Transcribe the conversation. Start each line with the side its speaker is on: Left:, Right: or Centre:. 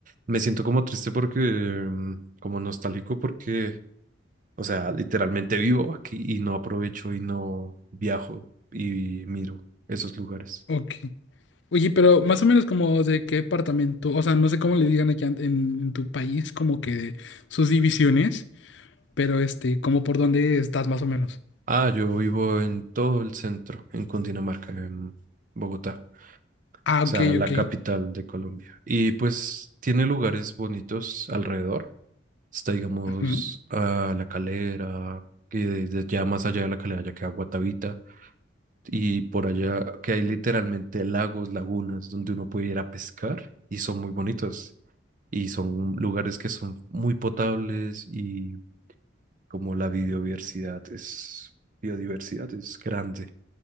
Right: me siento como triste porque, mm, como nostálgico porque, o sea, literalmente vivo aquí y no aprovecho y no viajo y miro esos lugares.
Left: ok. Oye, pero más o menos como de qué departamento, o sea, no sé cómo le digan aquí en, en tu país, como que sus divisiones, pero este, como por dónde estás más o menos.
Right: Ah, yo vivo en todo el centro, en Cundinamarca, en Bogotá, o
Left: Ah,
Right: sea,
Left: ok,
Right: la
Left: ok.
Right: capital de Colombia. Y pues tiene lugares bonitos alrededor. Está, digamos,
Left: Ujú.
Right: a La Calera, y desde ya más allá de La Calera ya queda Guatavita. Y por allá que hay literalmente lagos, lagunas, donde uno puede ir a pescar y son muy bonitos. Y son lugares que son muy potables y como la biodiversidad es, biodiversidad es grande.